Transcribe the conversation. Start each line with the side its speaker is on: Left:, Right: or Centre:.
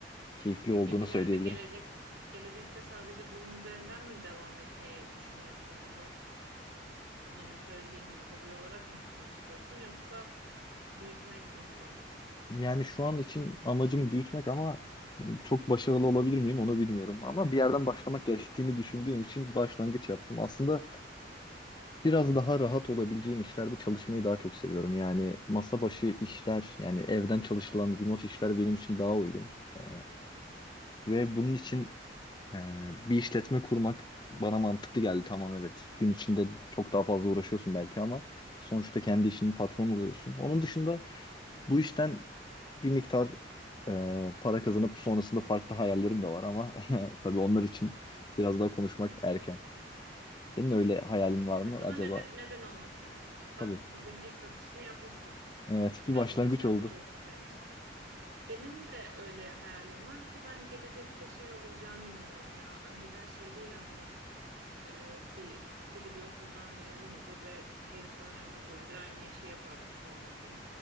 Left: Keyifli
Right: Peki
Left: olduğunu
Right: ileride
Left: söyleyebilirim.
Right: gelecek gelecekte sadece bunun üzerinden mi devam etmeyi düşünüyorsun? Bunu Az önce söylediğin gibi hobi olarak mı tutmak istiyorsun yoksa büyütmek mi hedefin?
Left: Yani şu an için amacım büyütmek ama çok başarılı olabilir miyim onu bilmiyorum. Ama bir yerden başlamak gerektiğini düşündüğüm için başlangıç yaptım. Aslında biraz daha rahat olabileceğim işlerde çalışmayı daha çok seviyorum. Yani masa başı işler, yani evden çalışılan remote işler benim için daha uygun. Ee, ve bunun için e, bir işletme kurmak bana mantıklı geldi. Tamam evet. Gün içinde çok daha fazla uğraşıyorsun belki ama sonuçta kendi işinin patronu oluyorsun. Onun dışında bu işten bir miktar e, para kazanıp sonrasında farklı hayallerim de var ama <laughs> tabii onlar için biraz daha konuşmak erken. Senin öyle hayalin var
Right: Evet
Left: mı acaba?
Right: ama neden neden olmasın? Bak
Left: Tabii.
Right: bugün ilk satışını yapmışsın.
Left: Evet,
Right: Güzel
Left: bir başlangıç
Right: bir başlangıç
Left: oldu.
Right: olsun senin için. Benim de öyle hayalim var ki ben gelecekte şey olacağına inanıyorum ya. Önceden şeydi ya hani e, bir biri bir okuldan mezun olur ve geri kalan ömrü boyunca aynı işi yapardı çoğu herkes.